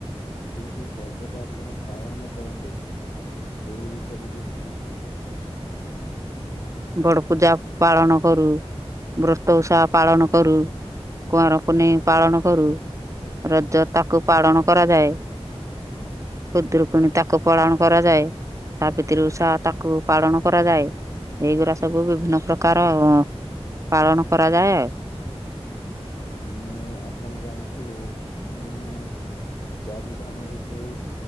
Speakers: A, on the left; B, on the right.
A: ତ କି କି ପର୍ବ ଟା ଆପଣ ପାଳନ କରନ୍ତି ସେଇ ବିଷୟରେ ଟିକେ କୁହନ୍ତୁ
B: ବଡ ପୂଜା ପାଳନ କରୁ ବ୍ରତ ଉସାପାଳନ କରୁ କୁଆଁରପୁନେଇଁ ପାଳନ କରୁ ରଜ
A: ହୁଁ
B: ତାକୁ ପାଳନ କରାଯାଏ
A: ହୁଁ
B: କୁଦରୁକୁଣୀ ତାକୁ ପାଳନ କରାଯାଏ ସାବିତ୍ରୀ
A: ହୁଁ
B: ଓଷା ତାକୁ ପାଳନ କରାଯାଏ ଏଇଗୁରା ସବୁ ବିଭିନ୍ନ ପ୍ରକାର ପାଳନ କରାଯାଏ ଆଉ
A: ଆମେ ଆପଣ ଜାଣିଥିବେ ଆମେ ଚାରି ଧାମ ଭିତରୁ